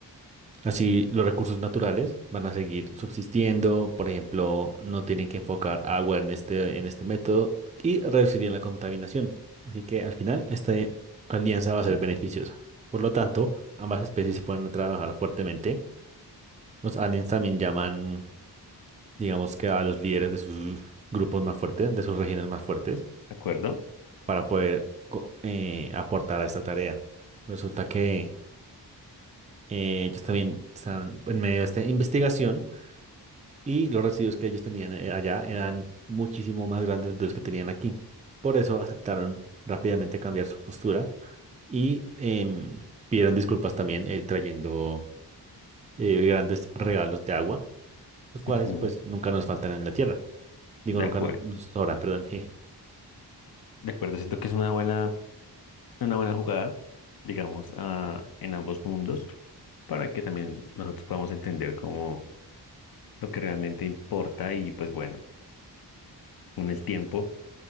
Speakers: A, on the right; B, on the left.
A: Así los recursos naturales van a seguir subsistiendo, por ejemplo, no tienen que enfocar agua en este, en este método y reduciría la contaminación. Así que al final esta alianza va a ser beneficiosa. Por lo tanto, ambas especies se pueden trabajar fuertemente. Los aliens también llaman, digamos que a los líderes de sus grupos más fuertes, de sus regiones más fuertes,
B: ¿de acuerdo?
A: para poder co- eh, aportar a esta tarea. Resulta que eh, ellos también están en medio de esta investigación Y los residuos que ellos tenían eh, allá eran muchísimo más grandes de los que tenían aquí. Por eso aceptaron rápidamente cambiar su postura y em, pidieron disculpas también eh, trayendo eh, grandes regalos de agua, los cuales
B: Ujú,
A: pues nunca nos faltan en la tierra. Digo,
B: de
A: nunca
B: acuerdo.
A: nos, nos sobran, perdón. je.
B: De acuerdo, siento que es una buena, una buena jugada, digamos, ah, en ambos mundos, para que también nosotros podamos entender cómo lo que realmente importa y pues bueno, con el tiempo,